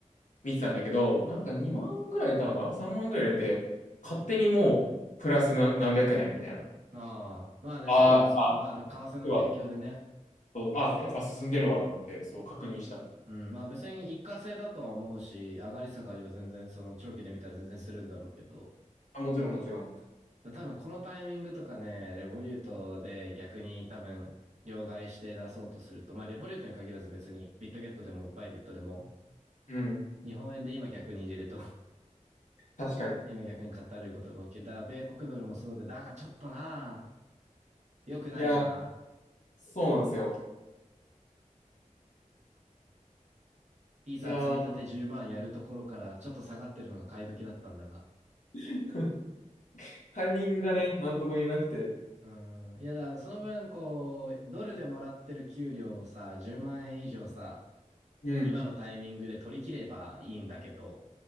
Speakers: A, on the left; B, on the right.
A: 見てたんだけど、なんか2万ぐらい入れたのかな ?3 万ぐらい入れて、勝手にもう、プラスの何百円みたいな。
B: ああ、まあね、
A: あーあ、
B: そうです。その、まあ、為替の影響でね。
A: 要はそうあ、やっぱ進んでるわと思って、そう、確認した。
B: うん、まあ別に一過性だとは思うし、上がり下がりは全然、その長期で見たら全然するんだろうけど、
A: あ、もちろん、もちろん。
B: だ多分このタイミングとかね、レボリュートで逆に多分両替して出そうとすると、まあレボリュートに限らず別にビットゲットでもバイビットでも、
A: うん、
B: 日本円で今逆に入れると、
A: 確かに。
B: <laughs> 今逆に買ったるいことが起きる。だ、米国ドルもそうで、だがちょっとな、良くないな。
A: いや、そうなんですよ。
B: いざ積み立て10万やるところからちょっと下がってるのが買い時だったんだが。
A: いや、<laughs> タイミングがね、なんとも言えなくて。
B: うん。いやだ、その分こう、ドルでもらってる給料をさ、10万円以上さ、
A: うん、
B: 今のタイミングで取り切ればいいんだけど、